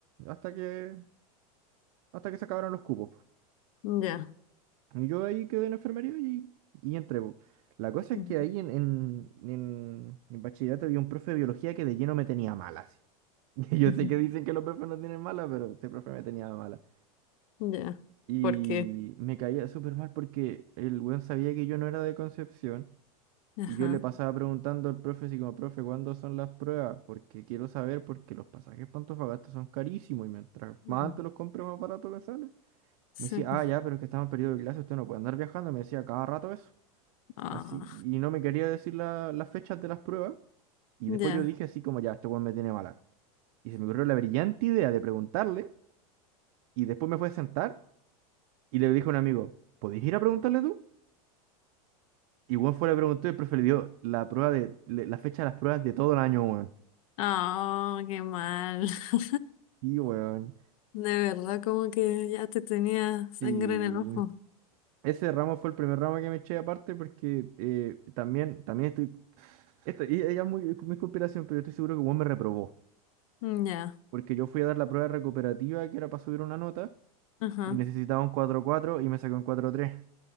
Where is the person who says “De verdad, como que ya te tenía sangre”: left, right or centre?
Left